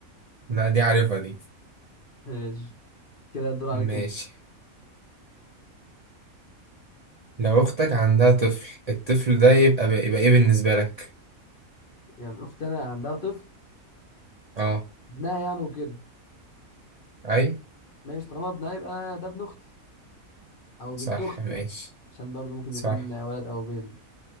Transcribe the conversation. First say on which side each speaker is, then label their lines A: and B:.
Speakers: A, on the right; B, on the left.
A: لا دي عارفها دي
B: ماشي كده الدور عليك
A: ماشي
B: انت
A: لو اختك عندها طفل الطفل ده يبقى ب... يبقى ايه بالنسبة لك
B: يعني اختي انا عندها طفل
A: اه
B: ابنها يعني وكده
A: اي
B: ماشي طالما ابنها يبقى ده ابن اختي او بنت
A: صح
B: اختي
A: ماشي
B: عشان برضو ممكن
A: صح
B: يكون ولد او بنت